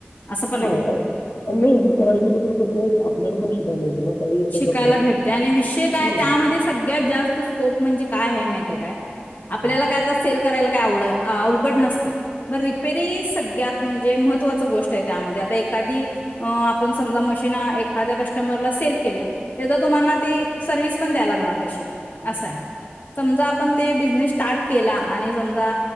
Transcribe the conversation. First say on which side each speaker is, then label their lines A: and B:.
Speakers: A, on the left; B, on the left.
A: असं पण आहे.
B: हां नाही जर कराय गेलं तर कसं आपल्याला पण शिकायला मिळतं ना काही आता
A: शिकायला
B: समजा
A: भेटते आणि विषय काय
B: हम्म,
A: त्यामध्ये सगळ्यात जास्त स्कोप म्हणजे काय आहे माहिती <unintelligible> आपल्याला
B: हा.
A: काय तर सेल करायला तेवड अवघड नसते मग रिपेरी सगळ्यात म्हणजे महत्त्वाच गोष्ट आहे त्यामध्ये आता एखादी आपण समजा मशीन एखाद्या कस्टमरला सेल केल्या तेचा तुम्हांना ते सर्विस पण द्याव लागणार तशी असं
B: बर
A: आहे.
B: बर.
A: समजा आपण ते बिझनेस स्टार्ट केला आणि समजा